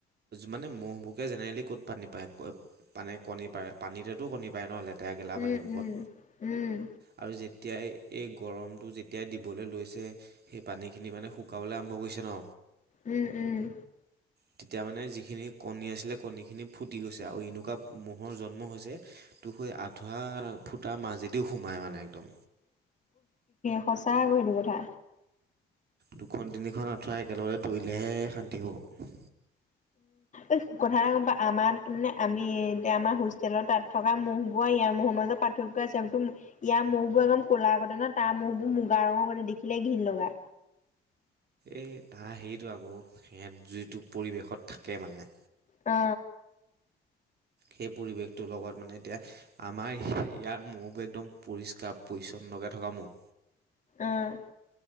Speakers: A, on the right; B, on the left.
A: মানে মহ'বুকে জেনেৰেলি ক'ত পানী পায় মানে, কণী পাৰে পানীতেতো কণী পাৰে নহ'লে। তেৰগেলা
B: উম
A: পানীবুকত
B: উম উম
A: আৰু যেতিয়াই। এই গৰমটো যেতিয়া দিবলৈ লৈছে, সেই পানীখিনি মানে। শুকাবলৈ আৰম্ভ কৰিছে ন।
B: উম উম।
A: তেতিয়া মানে যিখিনি কণী আছিলে কণীখিনি ফুটি গৈছে আৰু এনেকুৱা ম'ৰ জন্ম হৈছে তো সেই আঠুৱা ফুটা মাজেদিও সোমায় মানে একদম।
B: সঁচা আকৌ সেইটো কথা
A: দুখন তিনিখন আঁঠুৱা একেলগে তৰিলেহে শান্তি হ'ব।
B: এই কথা এটা গম পা আমাৰ মানে আমি এতিয়া আমাৰ হোষ্টেলৰ তাত থকা মহ বোৰ ইয়াৰ মহ মাজত পাৰ্থক্য আছেো ইয়াৰ ম বোৱা একদম। ক'ল আগতে ন তাৰ মহবোৰ ম। গ। দেখিলে ঘিন লগা।
A: এই ত হেটো আকৌ, সিহঁত যিটো পৰিৱেশত থাকে মানে।
B: অ।
A: সেই পৰিৱেশটোৰ লগত মানে, এতিয়া আমাৰ ইয়াৰ মহবোৰ একদম পৰিষ্কাৰ পৰিছন্নকে থকা ম।
B: আহ।